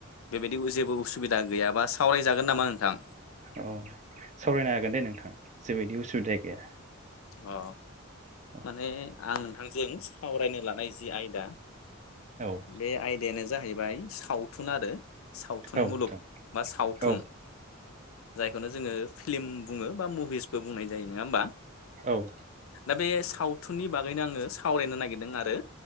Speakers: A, on the left (about 80°); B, on the right (about 35°).
A: बेबायदि जेबो उसुबिदा गैयाबा सावरायजागोन नामा नोंथां?
B: औ सावरायनो हागोन दे नोंथां जेबोबायदि उसुबिदा गैया।
A: अ
B: औ
A: माने आं नोंथांजों सावरायनो लानाय जि आयदा
B: औ।
A: बे आयदायानो जाहैबाय सावथुन आरो सावथुन
B: औ नोंथां
A: मुलुग बा सावथुन
B: औ
A: जायखौनो जोङो फिल्म बुङो बा मुभिसबो बुंनाय जायो नङा होमबा?
B: औ।
A: दा बे सावथुननि बागैनो आङो सावरायनो नागिरदों आरो